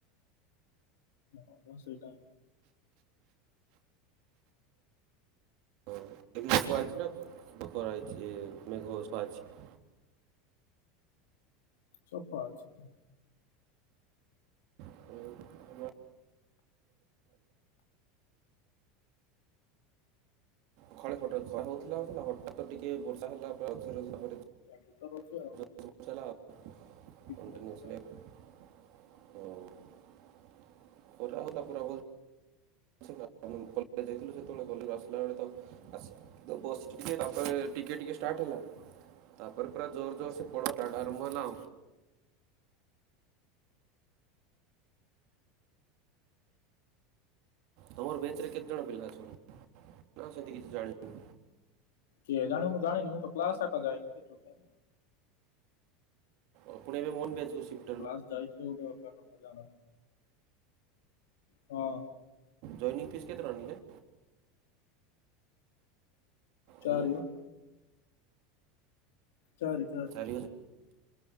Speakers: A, on the left; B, on the right.
A: ହଁ ମ ସେଇଟା
B: ହଁ <inaudible>
A: ସଫା ଅଛି।
B: ହ ଖରା ଥିଲା ଥିଲା ହଠାତ ଟିକେ ବର୍ଷା ହେଲା ପରେ ଝର ଝର <unintelligible>
A: ଭିତରେ ଅଛ?
B: <unintelligible>
A: ପଡିଥିଲା।
B: <unintelligible> <unintelligible> ଯେତେବେଳେ ଆସିଲା ବସିଚୁ ଟିକେ ତାପରେ ଟିକେ ଟିକେ ଷ୍ଟାର୍ଟ ହେଲା ତାପରେ ପୁରା ଜୋର ଜୋର ସେ ପଡ଼ ଆରମ୍ବ ହେଲା ତମର ବ୍ୟାଚ ରେ କେତେଜଣ ପିଲା ଅଛନ୍ତି ନା ସେମିତି କିଛି ଜାଣିନୁ।
A: କେଜାଣି ମୁଁ ଜାଣିନି ମୁଁ କ୍ଲାସ ଯାଇନି ଟୋଟାଲ।
B: ଆପଣ ଏବେ ମନ <unintelligible>
A: କ୍ଲାସ ଯାଇଥିଲେ ଗୋଟେ ଅଲଗା ଜାଣିବା କଥା ହଁ
B: ଜନିଂ ଫିସ୍ କେତେ ଟଙ୍କା ନେଲେ?
A: ଚାରି
B: ହୁଁ
A: ପା ଚାରି ଚାଟି।
B: ଓ ହଁ।